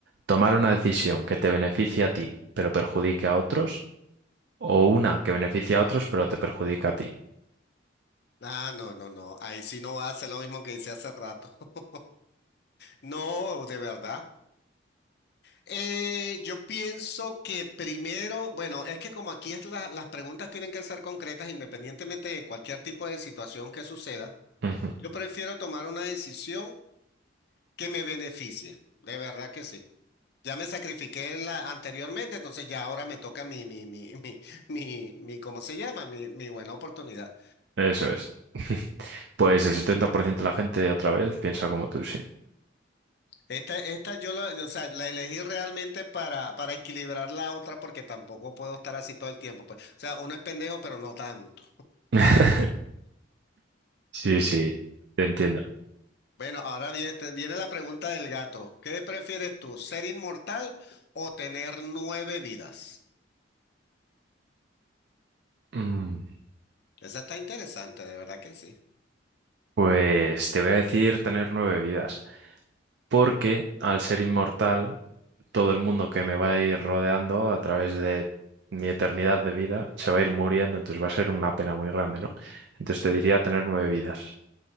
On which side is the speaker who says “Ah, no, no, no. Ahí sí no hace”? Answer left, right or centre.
Left